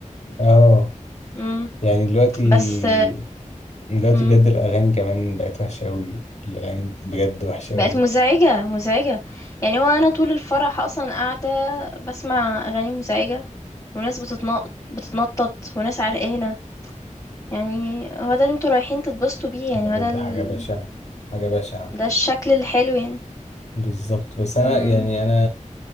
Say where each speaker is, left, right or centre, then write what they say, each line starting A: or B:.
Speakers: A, on the left; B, on the left.
A: اه
B: امم
A: يعني دلوقتي
B: بس
A: دلوقتي
B: امم
A: بجد الأغاني كمان بقت وحشة أوي الأغاني بجد وحشة
B: بقت
A: أوي
B: مزعجة مزعجة يعني هو انا طول الفرح اصلا قاعدة بسمع اغاني مزعجة وناس بتتنطط بتتنطط وناس عرقانة يعني هو ده اللي انتوا رايحين تتبسطوا بيه يعني
A: بجد
B: هو ده ال...
A: حاجة بشعة حاجة بشعة
B: ده الشكل الحلو يعني
A: بالظبط بس أنا
B: امم
A: يعني أنا